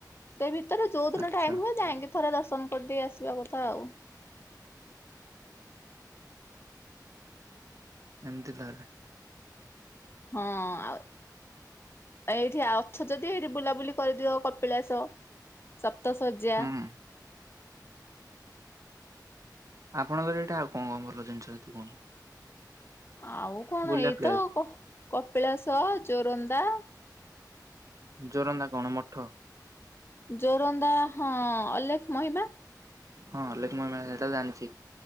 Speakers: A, on the left (about 35°); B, on the right (about 50°).
A: ତ ଭିତରେ ଯଉ ଦିନ
B: ଆଚ୍ଛା
A: ଟାଇମୁ ଯାଏ ଥୋରା ଦଶ ପନ୍ଦ କରିଦେଇ ଆସିବା କଥା ଆଉ
B: ଏମିତି ତାହଲେ
A: ହଁ ଆଉ ଆ ଏଇଠି ଅଛ ଯଦି ଏଇଠି ବୁଲାବୁଲି କରିଦିଅ କପିଳାସ ସ ତ ସଜା
B: ହୁଁ ଆପଣଙ୍କର ଏଇଟା ଆଉ କଣ କଣ ଭଲ ଜିନିଷ ତୁ କୁହନ୍ତୁ
A: ଆଉ କଣ
B: ବୁଲିବା
A: ଏଇତ
B: ପ୍ଲେସ୍
A: କପିଳାସ ଚୋରନ୍ଦା
B: ଜୋରନ୍ଦା କଣ ମଠ
A: ଜୋରନ୍ଦା ହଁ ଅଲେଖ ମହିମା
B: ହଁ ଲକ୍ମୟ ମିେଳା ସେଇ ତ ଜାଣିଛି